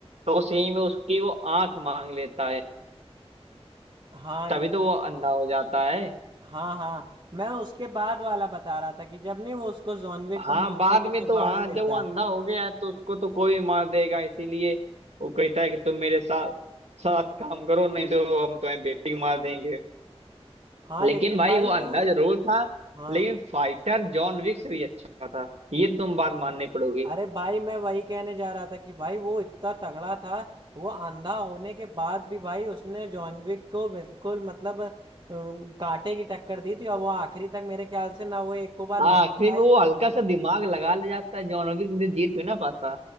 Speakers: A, on the right; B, on the right.
A: तो उस ही में उसकी वो आंख मांग लेता है
B: हाँ
A: तभी
B: ये
A: तो वो अंधा हो जाता है
B: हाँ हाँ मैं उसके बाद वाला बता रहा था कि जब नहीं वो उसको जॉन विक
A: हाँ
B: को मारने
A: बाद
B: की
A: में
B: सुपारी
A: तो हाँ
B: देता
A: जब वो अंधा
B: है
A: हो गया है, तो उसको तो कोई मार देगा इसीलिए वो कहता है कि तुम मेरे साथ साथ काम करो नहीं तो हम तुम्हें बेटिंग मार देंगे
B: हाँ
A: लेकिन
B: लेकिन
A: भाई
B: भाई
A: वो अंधा
B: वो
A: जरूर था
B: हाँ
A: लेकिन फाइटर जॉन विक्स भी अच्छा था ये तो तुम बात माननी पड़ोगी
B: अरे भाई मैं वही कहने जा रहा था कि भाई वो इतना तगड़ा था वो अंधा होने के बाद भी भाई उसने जॉन विक को बिल्कुल मतलब अम, कांटे की टक्कर दी थी और वो आखिरी तक मेरे ख्याल से ना वो एक को बार
A: आखिरी
B: मार पाया
A: में वो
B: था
A: हल्का सा दिमाग लगा ले जाता है जॉन विक नहीं तो जीत भी ना पाता